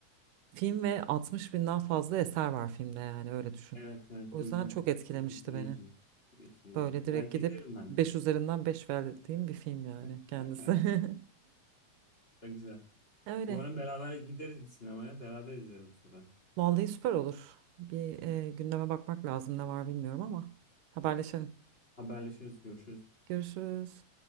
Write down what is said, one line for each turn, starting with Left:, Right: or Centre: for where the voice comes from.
Right: film ve 60 binden fazla eser var filmde yani öyle düşün.
Left: Evet evet
Right: O yüzden
Left: duydum.
Right: çok etkilemişti
Left: Çok etkileyici.
Right: beni.
Left: Çok etkileyici.
Right: Böyle direkt
Left: Belki
Right: gidip
Left: izlerim ben
Right: 5
Left: de.
Right: üzerinden 5 verdiğim bir film yani
Left: <laughs>
Right: kendisi. <laughs>
Left: Çok güzel.
Right: Öyle.
Left: Umarım beraber gideriz bir sinemaya. Beraber izleriz bu sefer.
Right: Vallahi süper olur. Bir e, gündeme bakmak lazım ne var bilmiyorum ama haberleşelim.
Left: Haberleşiriz, görüşürüz.
Right: Görüşürüz.